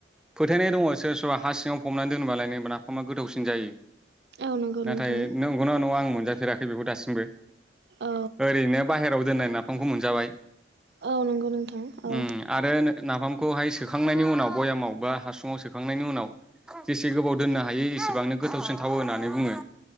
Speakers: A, in the centre; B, on the right.
A: फोथायनाय दङ सोरबा सोरबा हा सिङाव फबनानै दोनोबालाय नो नाफामा गोथावसिन जायो
B: औ नंगौ
A: नाथाय
B: नोंथां
A: नंगौ ना नङा आं मोन जाफेराखै बेखौ दासिमबो
B: औ
A: ओरैनो बाहेरायाव दोननाय ना फामखौ मोनजाबाय
B: औ नंगौ नोंथां औ
A: उम आरो नाफामखौहाय सोखांनायनि उनाव भयामाव बा हासुङाव सोखांनायनि उनाव जेसे गोबाव दोननो हायो एसेबांनो गोथावसिन थावो होननानै बुङो